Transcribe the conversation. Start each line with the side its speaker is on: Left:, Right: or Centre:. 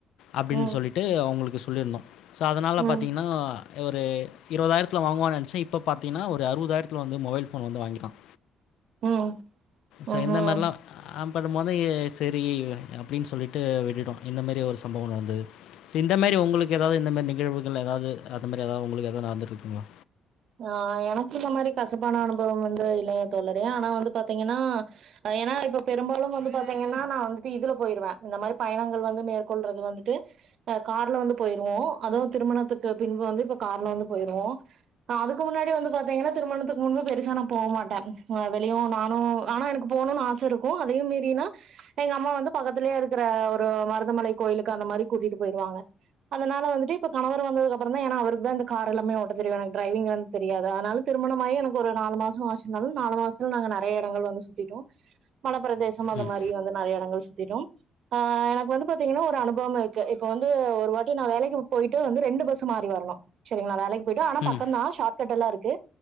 Left: அப்டின்னு
Right: ம்
Left: சொல்லிட்டு அவுங்களுக்கு சொல்லியிருந்தோ சோ அதனால
Right: ம்
Left: பாத்தீங்கன்னா ஒரு இருவதாயிரத்தில வாங்குவோன்னு நினச்சே இப்ப பாத்தின்னா ஒரு அறுவதாயிரத்தில வந்து மொபைல் போன் வந்து வாங்கிட்டான்
Right: ம்
Left: சோ இந்த
Right: ம்ஹூம்
Left: மாரில்லா பண்ணும்போது ஏ செரி அப்டின்னு சொல்லிட்டு விட்டுட்டோ இந்த மாரி ஒரு செ சம்பவோ நடந்தது செ இந்த மாரி உங்களுக்கு எதாவது இந்த மாரி நிகழ்வுகள் எதாவது அந்த மாரி எதாவது உங்களுக்கு எதாவது நடந்திட்டுருக் ங்ளா
Right: ஆ எனக்கு இந்த மாரி கசப்பான அனுபவம் வந்து இல்லைங்க தோழரே ஆனா வந்து பாத்தீங்கன்னா அ ஏனா இப்போ பெரும்பாலும் வந்து பாத்தீங்கன்னா நா வந்துட்டு இதுல போயிருவ இந்த மாரி பயணங்கள் வந்து மேற்கொள்றது வந்துட்டு அ கார்ல வந்து போயிருவோ அதுவு திருமணத்துக்கு பின்பு வந்து இப்ப கார்ல வந்து போயிருவோ ஆ அதுக்கு முன்னாடி வந்து பாத்தீங்கன்னா திருமணத்துக்கு முன்பு பெருசா நா போ மாட்டே வெளியு நானு ஆனா எனக்கு போ னுன்னு ஆச இருக்கு அதையும் மீறினா எங்க அம்மா வந்து பக்கத்திலயே இருக்கிற ஒரு மருதமலை கோயிலுக்கு அந்த மாரி கூட்டிட்டு போயிருவாங்க அதனால வந்துட்டு இப்ப கணவர் வந்ததுக்கு அப்புறந்தா ஏனா அவருக்குதா இந்த கார் எல்லாமே ஓட்ட தெரியு எனக் டிரைவிங் வந்து தெரியாது அதனால திருமணமாயி எனக்கு ஒரு நாலு மாசம் ஆச்சினாலும் நாலு மாசத்துல நாங்க நிறைய இடங்கள் வந்து சுத்திட்டோம் மலப்பிரதேசம் அந்த
Left: ம்.
Right: மாதிரி வந்து நிறைய இடத் கள் சுத்திட்டோம் அஹ் எனக்கு வந்து பாத்தீங்கன்னா ஒரு அனுபவம் இருக்கு இப்ப வந்து ஒரு வாட்டி நான் வேலைக்கு போயிட்டு வந்து ரெண்டு பஸ்ஸு மாறி வரணும் சரிங்களா வேலைக்கு போயிட்டு ஆனா
Left: ம்.
Right: பக் ஷார்ட் கட் எல்லாம் இருக்கு